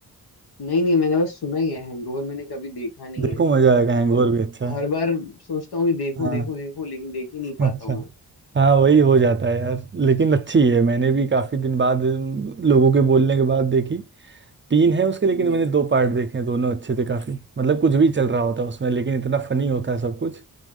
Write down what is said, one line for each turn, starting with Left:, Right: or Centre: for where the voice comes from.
Left: नहीं नहीं मैंने बस सुना ही है हैंगओवर मैंने कभी देखा नहीं
Right: देखो
Left: है
Right: मजा आएगा हैंगओवर
Left: ब-
Right: भी अच्छा है
Left: हर बार सोचता हूँ कि देखूं
Right: हाँ
Left: देखूं देखूं लेकिन देख ही नहीं
Right: <laughs> अच्छा
Left: पाता हूँ मैं
Right: हाँ वही हो जाता है यार लेकिन अच्छी है मैंने भी काफी दिन बाद अम, लोगों के बोलने के बाद देखी तीन है उसके लेकिन
Left: हम्म
Right: मैंने दो पार्ट देखे हैं दोनों अच्छे थे काफी मतलब कुछ भी चल रहा होता है उसमें लेकिन इतना फनी होता है सब कुछ